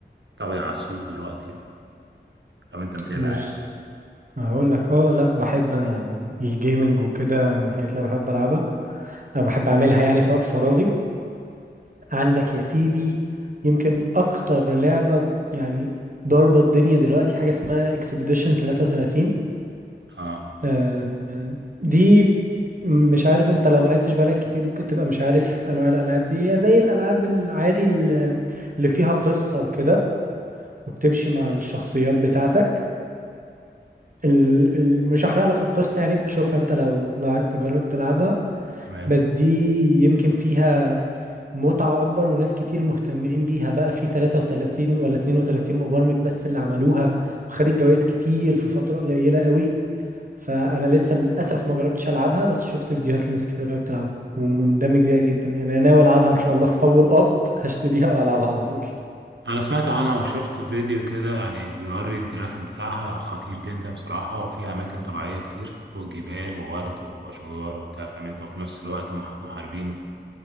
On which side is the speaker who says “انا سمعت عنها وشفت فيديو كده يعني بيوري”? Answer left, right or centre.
Right